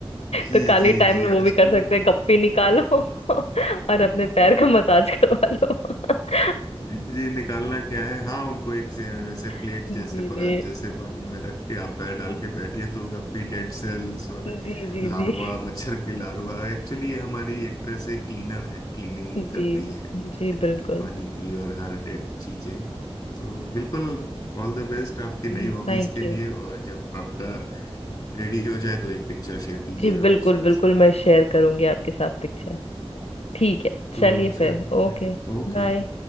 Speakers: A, on the left (about 35°); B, on the left (about 75°).
A: जी
B: तो खाली
A: जी
B: टाइम
A: जी
B: में वो
A: आजकल
B: भी कर सकते हैं गप्पी निकालो <laughs> और
A: <laughs>
B: अपने पैर का मसाज करवा लो <laughs>
A: जी निकालना क्या है हाँ उनको एक से- वैसे प्लेट
B: जी
A: जैसे
B: जी
A: परात
B: जी
A: जैसे पानी में रख के आप पैर डाल के बैठिए तो गप्पी डेड सेल्स और
B: जी
A: लार्वा
B: जी
A: मच्छर के लार्वा एक्चुअली ये हमारी एक तरह से क्लीनर हैं क्लीनिंग
B: जी
A: करती हैं
B: जी बिल्कुल
A: पानी की और हर डेड चीजें तो बिल्कुल ऑल द बेस्ट आपकी नई
B: जी
A: हॉबीज
B: थैंक
A: के
B: यू
A: लिए और जब आपका रेडी हो जाए तो एक पिक्चर शेयर कीजिएगा
B: जी बिल्कुल
A: मुझसे
B: बिल्कुल मैं शेयर करूंगी आपके साथ पिक्चर ठीक है
A: तो
B: चलिए फिर
A: फिर
B: ओके
A: ओके
B: बाय